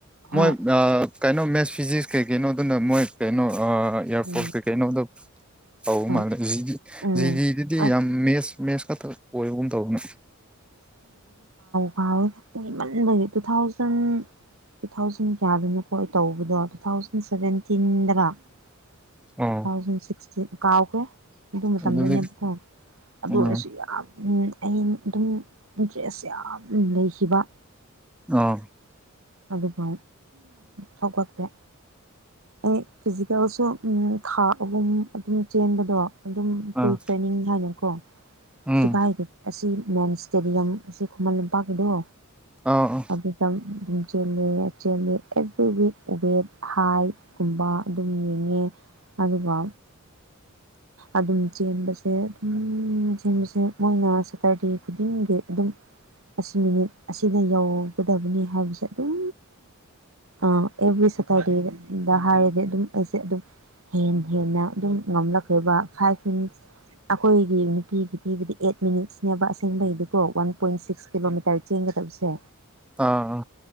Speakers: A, on the right; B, in the centre.
A: ꯍꯣꯏ
B: ꯃꯣꯏ ꯀꯩꯅꯣ ꯃꯦꯠꯁ ꯐꯤꯖꯤꯛꯁ ꯀꯩ ꯀꯩꯅꯣ ꯑꯗꯨꯅ ꯃꯣꯏ ꯀꯩꯅꯣ ꯑꯦꯌꯥꯔꯄꯣꯔꯠ
A: ꯎꯝ
B: ꯀꯩꯀꯩꯩꯅꯣꯗ ꯇꯧ
A: ꯍꯣꯏ
B: ꯃꯥꯜꯂꯦ ꯖꯤꯗꯤ
A: ꯎꯝ
B: ꯖꯤꯗꯤꯗꯨꯗꯤ
A: ꯑꯁ
B: ꯌꯥꯝ ꯃꯦꯠꯁ ꯃꯦꯠꯁ ꯈꯛꯇ ꯑꯣꯏꯕꯒꯨꯝ ꯇꯧꯕꯅꯦ
A: ꯐꯋꯦ ꯏꯃꯟꯕ ꯇꯨ ꯊꯥꯎꯖꯟ ꯇꯨ ꯊꯥꯎꯖꯟ ꯀꯌꯥꯗꯅꯣꯀꯣ ꯑꯩ ꯇꯧꯕꯗꯣ ꯇꯨ ꯊꯥꯎꯖꯟ ꯁꯚꯦꯟꯇꯤꯟꯗꯔ ꯇꯨ
B: ꯑꯣ
A: ꯊꯥꯎꯖꯟ ꯁꯤꯛꯁꯇꯤꯟ ꯀꯥꯎꯈ꯭ꯔꯦ ꯑꯗꯨ ꯃꯇꯝꯗꯅꯦꯕ
B: ꯑꯗꯨꯗꯤ
A: ꯀ ꯑꯗꯣ
B: ꯎꯝ
A: ꯑꯩꯁꯨ ꯌꯥꯝ ꯑ ꯑꯗꯨꯝ ꯏꯟꯇꯔꯦꯁ ꯌꯥꯝ ꯂꯩꯈꯤꯕ
B: ꯑꯥ
A: ꯑꯗꯨꯒ ꯊꯧꯀꯄꯦ ꯑꯩ ꯐꯤꯖꯤꯀꯦꯜꯁꯨ ꯈꯥ ꯑꯍꯨꯝ ꯑꯗꯨꯝ ꯆꯦꯟꯕꯗꯣ ꯑꯗꯨꯝ ꯄ꯭ꯔꯤ
B: ꯑꯥ
A: ꯇ꯭ꯔꯦꯅꯤꯡ ꯍꯥꯏꯅꯀꯣ
B: ꯎꯝ
A: ꯁꯤꯚꯥꯏꯗꯤ ꯑꯁꯤ ꯃꯦꯟ ꯏꯁꯇꯦꯗꯤꯌꯝ ꯑꯁꯤ ꯈꯨꯃꯟ ꯂꯝꯄꯥꯛꯀꯤꯗꯣ
B: ꯑꯥ
A: ꯑꯗꯨꯗ ꯑꯗꯨꯝ ꯆꯦꯜꯂꯤ ꯆꯦꯜꯂꯤ ꯑꯦꯕ꯭ꯔꯤ ꯋꯤꯛ ꯋꯦꯠ ꯍꯥꯏ ꯨꯝꯕ ꯑꯗꯨꯝ ꯌꯦꯡꯉꯦ ꯑꯗꯨꯒ ꯑꯗꯨꯝ ꯆꯦꯟꯕꯁꯦ ꯑꯗꯨꯝ ꯆꯦꯟꯕꯁꯦ ꯃꯣꯏꯅ ꯁꯦꯇꯔꯗꯦ ꯈꯨꯗꯤꯡꯒꯤ ꯑꯗꯨꯝ ꯑꯁꯤ ꯃꯤꯅꯤꯠ ꯑꯁꯤꯗ ꯌꯧꯒꯗꯕꯅꯤ ꯍꯥꯏꯕꯁꯦ ꯑꯗꯨꯝ ꯑ ꯑꯦꯕ꯭ꯔꯤ ꯁꯇꯔꯗꯦꯗ ꯍꯥꯏꯔꯗꯤ ꯑꯗꯨꯝ ꯑꯩꯁꯦ ꯑꯗꯨꯝ ꯍꯦ ꯍꯦꯟꯅ ꯑꯗꯨꯝ ꯉꯝꯂꯛꯕ ꯐꯥꯏꯚ ꯃꯤ ꯑꯩꯈꯣꯏꯒꯤ ꯅꯨꯄꯤꯒꯤ ꯄꯤꯕꯨꯗꯤ ꯑꯩꯠ ꯃꯤꯅꯤꯠꯁꯅꯦꯕ ꯑꯁꯦꯡꯕꯒꯤꯗꯤꯀꯣ ꯋꯥꯟ ꯄꯣꯏꯟ ꯁꯤꯛꯁ ꯀꯤꯂꯣꯃꯤꯇꯔ ꯆꯦꯡꯒ ꯀꯁꯦ
B: ꯑꯥ